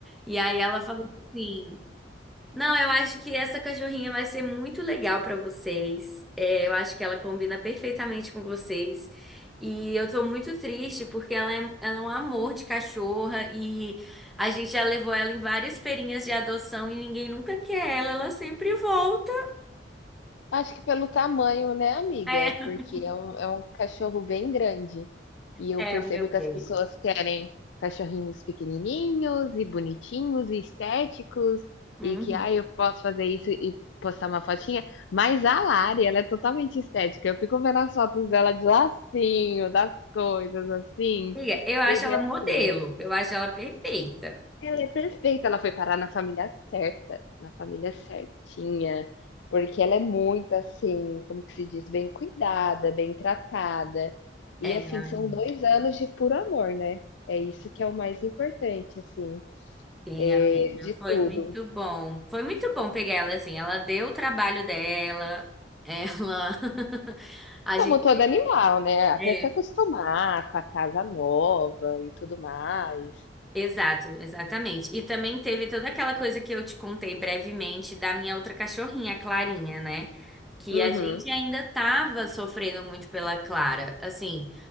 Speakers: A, in the centre; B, on the left (about 80°).
A: E aí ela falou assim. Não, eu acho que essa cachorrinha vai ser muito legal pra vocês. É, eu acho que ela combina perfeitamente com vocês. E eu tô muito triste porque ela é, ela é um amor de cachorra e a gente já levou ela em várias feirinhas de adoção e ninguém nunca quer ela, ela sempre volta.
B: Acho que pelo tamanho, né, amiga?
A: <laughs>
B: Porque é um, é um cachorro bem grande. E eu
A: É,
B: percebo
A: é o meu
B: que
A: bem.
B: as pessoas querem cachorrinhos pequenininhos e bonitinhos e estéticos
A: Uhum.
B: e que, ah, eu posso fazer isso e postar uma fotinha. Mas a Lari, ela é totalmente estética. Eu fico vendo as fotos dela de lacinho, das coisas assim,
A: Amiga, Eu acho
B: e realmente.
A: ela modelo, eu acho ela perfeita.
B: Ela é perfeita, ela foi parar na família certa, na família certinha, porque ela é muito assim, como que se diz, bem cuidada, bem tratada. E
A: É.
B: assim, são 2 anos de puro amor, né. É isso que é o mais importante, assim,
A: Sim,
B: eh,
A: amiga,
B: de
A: foi
B: tudo.
A: muito bom. Foi muito bom pegar ela assim. Ela deu o trabalho dela, ela. <laughs> A
B: Como
A: gente.
B: todo animal, né, até
A: é,
B: se acostumar com a casa nova e tudo mais.
A: exato, exatamente. E também teve toda aquela coisa que eu te contei brevemente da minha outra cachorrinha, a Clarinha, né? Que
B: Uhum,
A: a gente ainda tava sofrendo muito pela Clara. Assim,